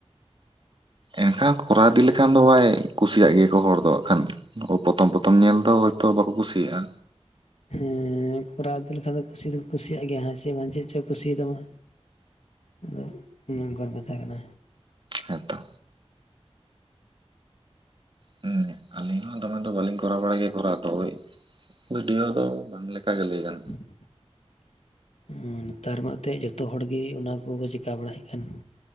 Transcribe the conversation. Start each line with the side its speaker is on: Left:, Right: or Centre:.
Right: ᱮᱱᱠᱷᱟᱱ ᱠᱚᱨᱟᱣ ᱤᱫᱤ ᱞᱮᱠᱷᱟᱱ ᱫᱚ ᱵᱟᱭ ᱠᱩᱥᱤᱭᱟᱜ ᱜᱮᱭᱟ ᱠᱚ ᱦᱚᱲ ᱫᱚ ᱠᱷᱟᱱ ᱯᱨᱚᱛᱷᱚᱢ ᱯᱨᱚᱛᱷᱚᱢ ᱧᱮᱞ ᱫᱚ ᱛᱚ ᱵᱟᱠᱚ ᱠᱩᱥᱤᱭᱟᱜ-ᱟ।
Left: ᱦᱩᱸᱻ ᱠᱚᱨᱟᱣ ᱤᱫᱤ ᱞᱮᱠᱷᱟᱱ ᱫᱚ ᱠᱩᱥᱤ ᱫᱚᱠᱚ ᱠᱩᱥᱤᱭᱟᱜ ᱜᱮᱭᱟ ᱦᱮᱸ। ᱪᱮ ᱵᱟᱝ ᱪᱮᱫ ᱪᱚ ᱠᱩᱥᱤᱭᱟ ᱛᱟᱢᱟ, ᱟᱫᱚ ᱚᱱᱮ ᱚᱱᱠᱟᱱ ᱠᱟᱛᱷᱟ ᱠᱟᱱᱟ।
Right: ᱦᱮᱸ ᱛᱚ। ᱦᱮᱸ ᱟᱹᱞᱤᱧ ᱦᱚᱸ ᱫᱚᱢᱮ ᱫᱚ ᱵᱟᱹᱞᱤᱧ ᱠᱚᱨᱟᱣ ᱵᱟᱲᱟᱭ ᱜᱮᱭᱟ ᱠᱚᱨᱟᱣ ᱫᱚ ᱳᱭ। ᱵᱷᱤᱰᱤᱭᱳ ᱫᱚ ᱵᱟᱝ ᱞᱮᱠᱟᱜᱮ ᱞᱟᱹᱭ ᱜᱟᱱᱚᱜ।
Left: <unintelligible> ᱱᱮᱛᱟᱨ ᱢᱟ ᱮᱱᱛᱮ ᱡᱚᱛᱚ ᱦᱚᱲᱜᱮ ᱚᱱᱟ ᱠᱚᱠᱚ ᱪᱤᱠᱟ ᱵᱟᱲᱟᱭᱮᱫ ᱠᱟᱱ।